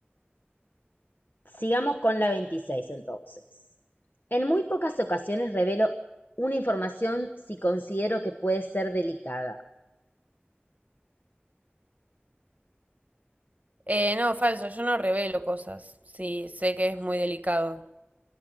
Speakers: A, on the left; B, on the right.
A: Sigamos con la 26 entonces. En muy pocas ocasiones revelo una información si considero que puede ser delicada.
B: Eh, no, falso, yo no revelo cosas. Sí, sé que es muy delicado.